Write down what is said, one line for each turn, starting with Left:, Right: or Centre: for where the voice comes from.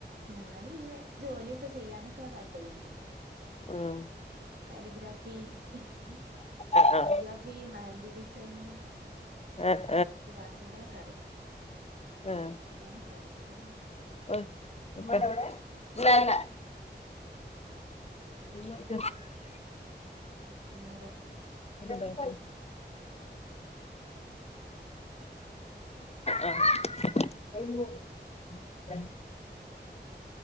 Right: ഞാന് പിന്നെ ജോലിയേക്ക ചെയ്യാൻ താൽപര്യംണ്ട്.
Left: ആഹ.
Right: കാലിഗ്രാഫി ഹ്
Left: ആഹ്
Right: കാലിഗ്രാഫി മെഹന്ദി ഡിസൈനി.
Left: ആഹ്
Right: <unintelligible> വർക്കുകൾ ഒക്കെ അറിയും.
Left: ആഹ.
Right: ചെയ്യാനൊക്കെ അറിയും പക്ഷെ ആഹ്
Left: ഓയി ല്ല. ല്ല. <unintelligible>
Right: പിന്നാരാ
Left: നേക്കലെ
Right: <unintelligible>
Left: ആഹ്
Right: മ്
Left: <unintelligible>